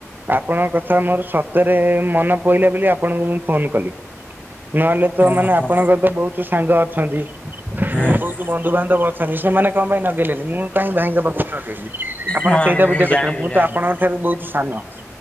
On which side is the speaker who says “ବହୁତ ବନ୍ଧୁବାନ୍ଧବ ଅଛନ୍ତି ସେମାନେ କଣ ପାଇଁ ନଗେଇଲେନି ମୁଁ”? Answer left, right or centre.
Right